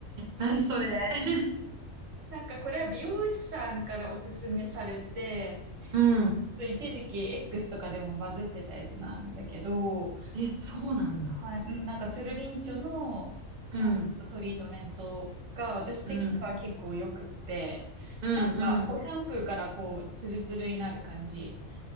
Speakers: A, on the right; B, on the right.
A: 何それ <laughs>
B: なんかこれは美容師さんからおすすめされて、
A: うん、
B: 一時期 X とかでもバズってたやつなんだけど、
A: え、そうなんだ。
B: はい、うん、なんかつるりんちょのシャンプーとトリートメントが私的には結構良くって、
A: うん、うん、うん、
B: なんかこうシャンプーからこうツルツルになる感じ。
A: うん。